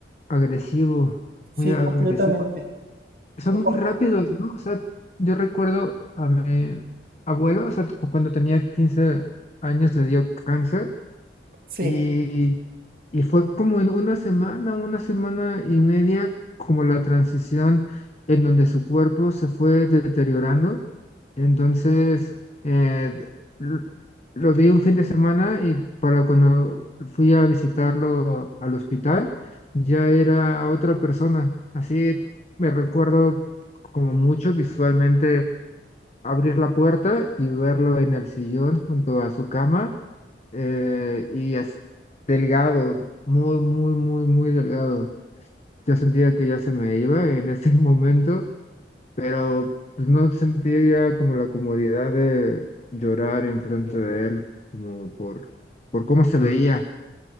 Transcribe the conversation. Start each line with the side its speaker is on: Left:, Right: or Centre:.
Left: agresivo,
Right: sí,
Left: muy agresivo.
Right: completamente,
Left: Son
Right: Afortun-
Left: muy rápidos, ¿no? O sea, yo recuerdo a mi abuelo, o sea, cu- cuando tenía quince años le dio cáncer
Right: sí.
Left: y Y fue como en una semana, una semana y media, como la transición en donde su cuerpo se fue deteriorando. Entonces, eh, d- l- lo vi un fin de semana y para cuando fui a visitarlo al hospital, ya era otra persona. Así me recuerdo como mucho visualmente abrir la puerta y verlo en el sillón junto a su cama eh, y as- delgado, muy, muy, muy, muy delgado. Yo sentía que ya se me iba en ese <laughs> momento, pero pues, no sentía como la comodidad de llorar enfrente de él, como por, por cómo se veía